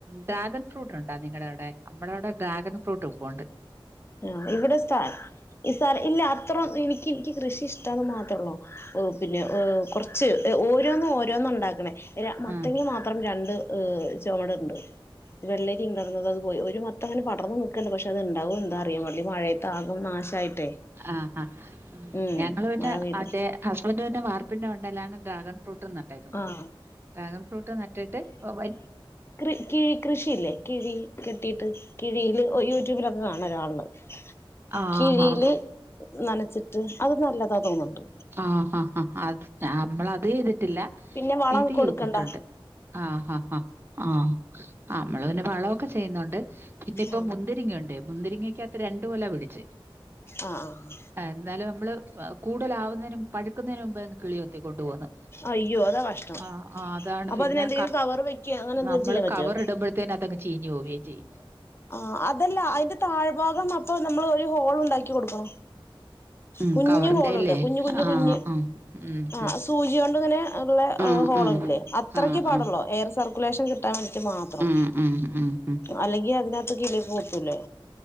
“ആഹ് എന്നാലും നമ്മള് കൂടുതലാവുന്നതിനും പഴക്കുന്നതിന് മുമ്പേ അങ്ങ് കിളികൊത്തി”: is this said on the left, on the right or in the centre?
Right